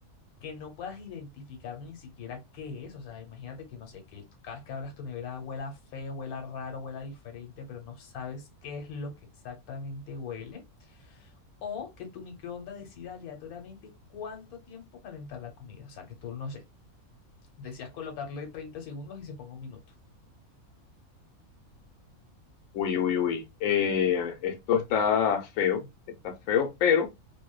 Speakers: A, on the left; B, on the left.
A: que no puedas identificar ni siquiera qué es. O sea, imagínate que no sé, que tú cada vez que abras tu nevera huela feo, huela raro, huela diferente, pero no sabes qué es lo que exactamente huele. O que tu microondas decida aleatoriamente cuánto tiempo calentar la comida. O sea, que tú, no sé, decías colocarle 30 segundos y se ponga un minuto.
B: Uy, uy, uy. Eh, esto está feo, está feo, pero...